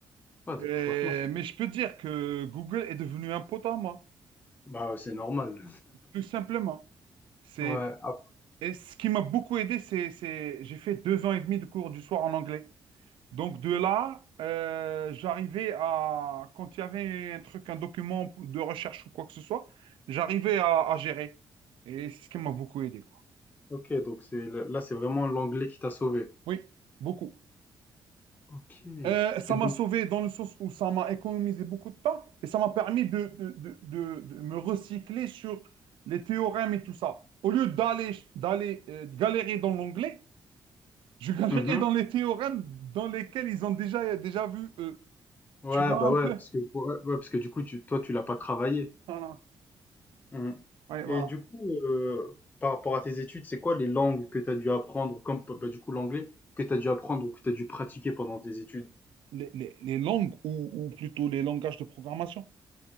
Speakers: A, on the left (about 20°); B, on the right (about 80°).
A: Ah, donc
B: Et-
A: franchement, c'est...
B: mais je peux dire que Google est devenu un pote à moi,
A: Bah, ouais, c'est normal.
B: tout simplement. C'est,
A: Ouais, après-
B: et ce qui m'a beaucoup aidé, c'est, c'est, j'ai fait deux ans et demi de cours du soir en anglais. Donc de là, euh, j'arrivais à, quand il y avait un truc, un document de recherche ou quoi que ce soit, j'arrivais à, à gérer. Et c'est ce qui m'a beaucoup aidé, quoi.
A: ok, donc c'est là, c'est vraiment l'anglais qui t'a sauvé.
B: Oui, beaucoup.
A: Ok.
B: Euh, ça
A: Et donc,
B: m'a sauvé dans le sens où ça m'a économisé beaucoup de temps et ça m'a permis de, de, de- de- de me recycler sur les théorèmes et tout ça. Au lieu d'aller d'aller euh, galérer dans l'onglet, je galérais
A: mhm.
B: dans les théorèmes dans lesquels ils ont déjà, déjà vu eux.
A: Ouais,
B: Tu vois
A: bah
B: un
A: ouais,
B: peu?
A: parce que, ouais, ouais, parce que du coup, tu, toi, tu l'as pas travaillé.
B: Voilà.
A: Mmh.
B: Ouais, voilà.
A: Et du coup, heu, par rapport à tes études, c'est quoi les langues que tu as dû apprendre comme bah, du coup l'anglais, que tu as dû apprendre ou que tu as dû pratiquer pendant tes études?
B: les, les- les langues ou, ou plutôt les langages de programmation